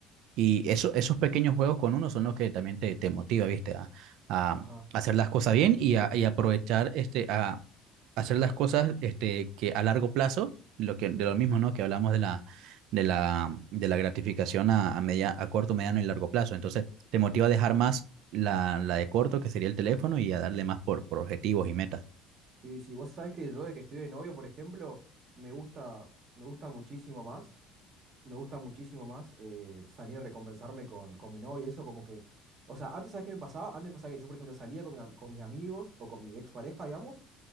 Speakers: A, on the right; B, on the right.
A: Y eso, esos pequeños juegos con uno son los que también te, te motiva, ¿viste? A, a
B: Ajá.
A: hacer las cosas bien y, a, y aprovechar, este, a hacer las cosas, este, que a largo plazo, lo que, de lo mismo, ¿no? Que hablamos de la, de la, de la gratificación a, a, media, a corto, mediano y largo plazo. Entonces, te motiva a dejar más la, la de corto, que sería el teléfono, y a darle más por, por objetivos y metas.
B: Sí, sí. Vos sabés que yo de que estoy de novio, por ejemplo, me gusta, me gusta muchísimo más me gusta muchísimo más eh, salir a recompensarme con, con mi novia, eso como que, o sea, antes, ¿sabes qué me pasaba? Antes pasaba que yo, por ejemplo, salía con, mi am- con mis amigos o con mi expareja, digamos,